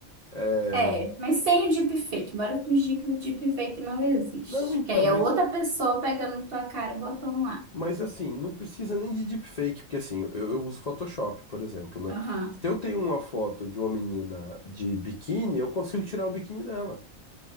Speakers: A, on the left; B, on the right.
A: É...
B: É, mas sem o deepfake. Bora fingir que o deepfake não existe.
A: Não, então,
B: Que aí é
A: mas
B: outra pessoa pegando tua cara e botando lá.
A: Mas assim, não precisa nem de deepfake, porque assim, eu, eu uso Photoshop, por exemplo, né?
B: Aham.
A: Se eu tenho uma foto de uma menina de biquíni, eu consigo tirar o biquíni dela.